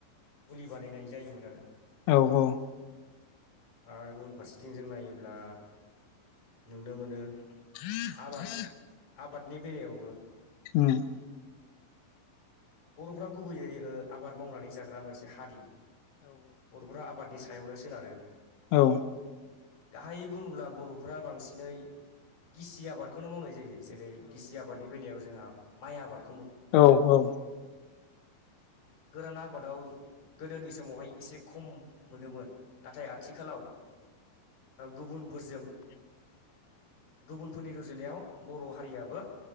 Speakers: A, on the left (about 40°); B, on the left (about 80°).
A: मुलि बानायनाय जायोमोन आरो।
B: औ औ।
A: आरो उन फारसेथिं जों नायोब्ला नुनो मोनो
B: <inaudible>
A: आबाद आबादनि बेलायावबो
B: होम
A: बर'फ्रा गुबैयै ओ आबाद मावनानै जाग्रा मोनसे हारि बर'फ्रा आबादनि सा आयावनो सोनारो
B: औ
A: गाहायै बुङोब्ला बर'फोरा बांसिनै गिसि आबादखौनो मावनाय जायो जेरै गिसि आबादनि बेलायाव जोंहा माइ आबाद
B: औ औ
A: गोरान आबादाव गोदोनि समावहाय एसे खम मोनोमोन नाथाय आथिखालाव गुबुनफोरजों
B: <inaudible>
A: गुबुनफोरनि रुजुनायाव बर' हारियाबो